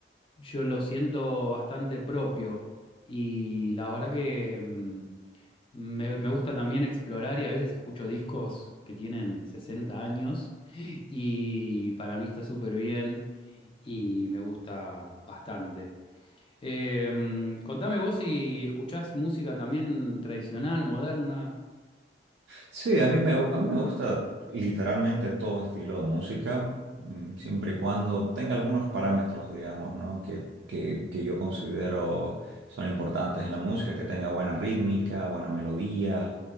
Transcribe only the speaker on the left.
yo lo siento bastante propio y la verdad que mm, me, me gusta también explorar y a veces escucho discos que tienen 60 años <laughs> y para mí está súper bien y me gusta bastante. Eh, mm, contame vos si escuchás música también tradicional, moderna.